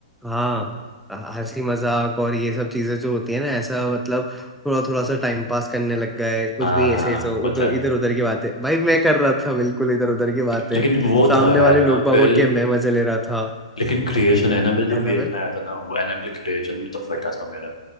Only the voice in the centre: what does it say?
हाँ हंसी मजाक और ये सब चीजें जो होती है ना ऐसा मतलब थोड़ा थोड़ा सा टाइम पास करने लग गए कुछ
भी
ऐसे ऐसे उधर
इधर उधर की बातें भाई मैं कर रहा था बिल्कुल इधर उधर की बातें
सामने
वाले
लोग बागों के मैं मजे ले रहा था
है
ना भाई